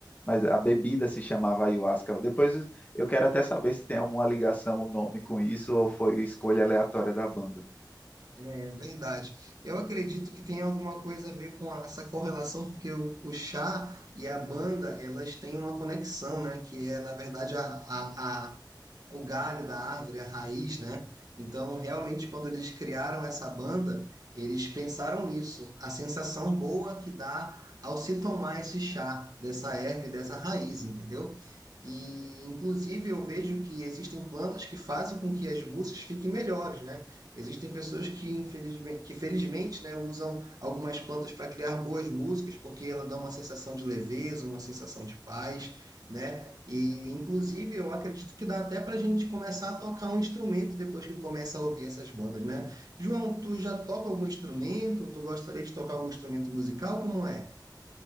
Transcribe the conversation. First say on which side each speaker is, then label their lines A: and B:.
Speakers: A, on the left (about 20°); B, on the right (about 55°).
A: Mas a bebida se chamava ayahuasca. Depois eu quero até saber se tem alguma ligação o nome com isso ou foi escolha aleatória da banda.
B: é verdade. Eu acredito que tem alguma coisa a ver com a- essa correlação, porque o, o chá e a banda, elas têm uma conexão, né? Que é, na verdade, a, a, o galho da árvore, a raiz, né? Então, realmente, quando eles criaram essa banda, eles pensaram nisso, a sensação boa que dá ao se tomar esse chá dessa erva e dessa raiz, entendeu? E, inclusive, eu vejo que existem plantas que fazem com que as músicas fiquem melhores, né? Existem pessoas que, infelizmente, que felizmente, né, usam algumas plantas para criar boas músicas, porque ela dá uma sensação de leveza, uma sensação de paz né? E inclusive eu acredito que dá até para a gente começar a tocar um instrumento depois que começa a ouvir essas bandas, né? João, tu já toca algum instrumento? Tu gostaria de tocar algum instrumento musical? Como é?